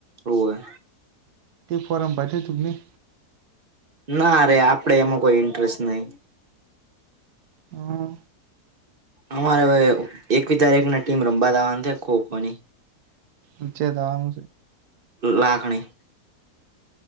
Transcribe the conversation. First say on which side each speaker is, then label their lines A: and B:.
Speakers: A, on the right; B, on the right.
A: ઓવ હ
B: એક ફોરામ પાથી દુગને
A: ના અરે આપડે એમાં કોઈ ઇન્ટરેસ્ટ નહી.
B: હા
A: અમારે હ એકવી તારીખ ના ટીમ રમવા આવવાની છે, ખોખો ની
B: પંચાયત આવાનું શે
A: લાખણી